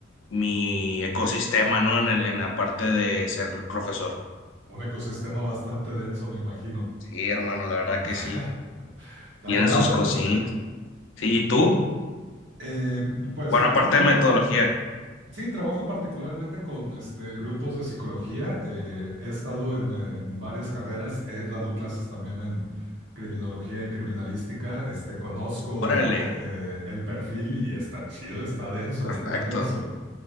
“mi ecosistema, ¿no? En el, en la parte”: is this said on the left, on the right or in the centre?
Left